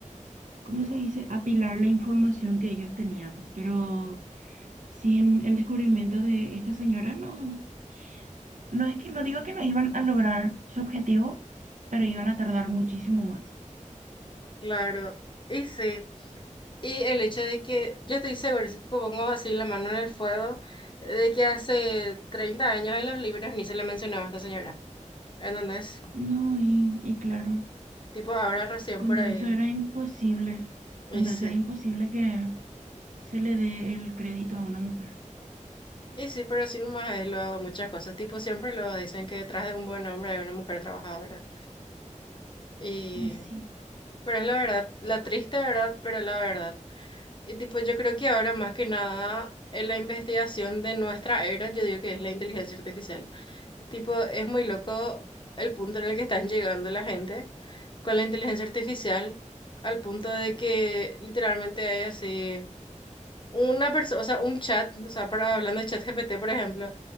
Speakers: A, on the right; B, on the left.
A: ¿cómo se dice?, apilar la información que ellos tenían. Pero sin el descubrimiento de esta señora, no, no es que no digo que no iban a lograr su objetivo, pero iban a tardar muchísimo más.
B: claro. Y sí. Y el hecho de que, yo estoy segura, si tipo pongo así la mano en el fuego, de que hace 30 años en los libros ni se le mencionaba a esta señora. ¿Entendés?
A: No, y, y claro,
B: Tipo ahora recién
A: cuando
B: por ahí.
A: eso era imposible,
B: Y
A: cuando
B: sí.
A: eso era imposible que se le dé el crédito a una mujer.
B: Y sí, pero así nomás es luego de muchas cosas. Tipo siempre lo dicen que detrás de un buen hombre hay una mujer trabajadora. Y...
A: Y sí,
B: Pero es la verdad, la triste verdad, pero la verdad. Y tipo yo creo que ahora más que nada en la investigación de nuestra era, yo digo que es la inteligencia artificial. Tipo, es muy loco el punto en el que están llegando la gente con la inteligencia artificial, al punto de que literalmente hay así una persona, o sea, un chat, o sea, para, hablando de chat GPT, por ejemplo,